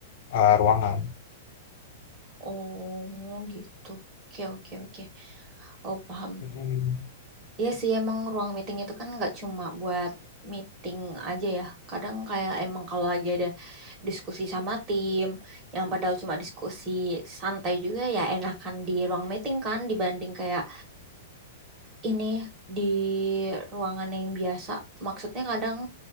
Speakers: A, on the left; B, on the right.
A: eh, ruangan.
B: Oh, oh gitu. Oke, oke, oke. Oh, paham.
A: Mm,
B: Iya sih emang ruang meeting itu kan nggak cuma buat meeting aja ya. Kadang kayak emang kalau lagi ada diskusi sama tim yang padahal cuma diskusi santai juga ya enakan di ruang meeting kan dibanding kayak ini di ruangan yang biasa. Maksudnya kadang